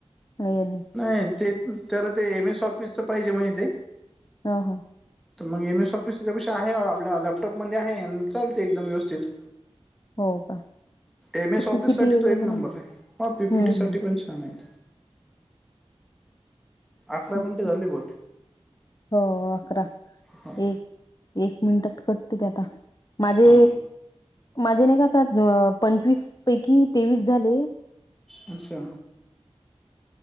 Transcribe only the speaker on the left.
आहे
ह ह
हो का
ते पीपीटी
वगैरे
बनवून
हम्म
हम्म.
हो अकरा
एक एक मिनिटात कटते ते आता. माझे
माझे नाही का आता पंचवीस पैकी तेवीस झाले.